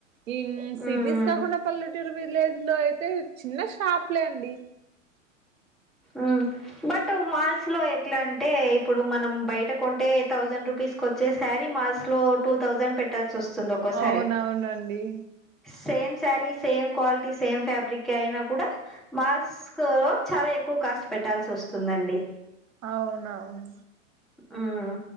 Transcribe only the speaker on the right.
ఈ
సిటీస్ కాకుండా పల్లె టూరు విలేజ్‌లో అయితే చిన్న షాపులే అండి
అవునవునండి
అవునవును